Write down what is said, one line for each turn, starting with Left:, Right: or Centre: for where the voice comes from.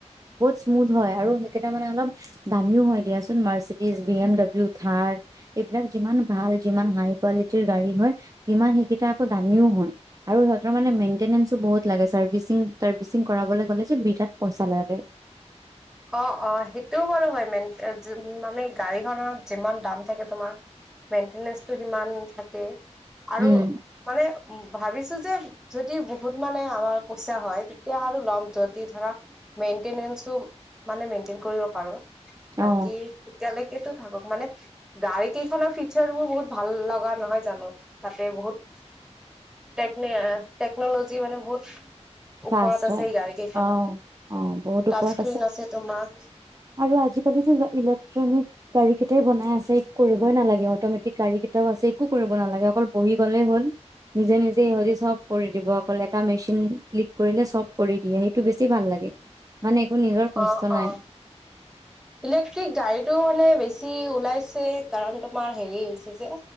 Right: বহুত স্মুথ হয় আৰু সেইকেইটা মানে অলপ দামিও হয় দিয়াচোন মাৰ্চিডিজ বি এম ডাব্লিউ থাৰ এইবিলাক যিমান ভাল যিমান হাই কোৱালিটিৰ গাড়ী হয় সিমান সেইকেইটা আকৌ দামীও হয় আৰু সিহঁতৰ মে মেইনটেইনেঞ্চো বহুত লাগে চাৰ্ভিং তাৰ্বিচিং কৰাবলে কলে যে বিৰাট পইচা লাগে
Centre: অ অ সেইটোও বাৰু হয় মেন মানে গাড়ীখনত যিমান দাম থাকে তোমাৰ মেইনটেনেঞ্চটো সিমান থাকে আৰু
Right: উম
Centre: মানে উম ভাবিছো যে যদি বহুত মানে আমাৰ পইচা হয় তেতিয়া আৰু ল'ম যদি ধৰা মেনটেইনেঞ্চটো মানে মেইনটেন কৰিব পাৰো
Right: অ
Centre: বাকি এতিয়ালেকে লেকে থাকক মানে গাড়ী কেইখনৰ ফিচাৰ বোৰ বহুত ভাল লগা নহয় জানো তাতে বহুত
Right: <inaudible>
Centre: টেকনিয়াৰ টেকনলজি মানে বহুত
Right: ফাৰ্ষ্ট
Centre: ওপৰত আছে
Right: হয়
Centre: এই গাড়ী কেইখনত
Right: অ অ বহুত ওপৰত
Centre: টাচ স্ক্ৰিন আছে। তোমাৰ
Right: আৰু আজিকালি যে ইলেক্ট্ৰনিক গাড়ীকেটাই বনাই আছে একো কৰিবই নালাগে অট'মেটিক গাড়ী কেইটাও আছে একো কৰিব নালাগে অকল বহি গ'লেই হ'ল। নিজে নিজে ইহঁতি চব কৰি দিব। অকল এটা মেচিন ক্লিক কৰিলে চব কৰি দিয়ে সেইটো বেছি ভাল লাগে মানে। একো নিজৰ কষ্ট
Centre: অ
Right: নাই
Centre: অ ইলেক্ট্ৰিক গাড়ীটো মানে বেছি। বেছি ওলাইছে কাৰণ তোমাৰ হেৰি হৈছে যে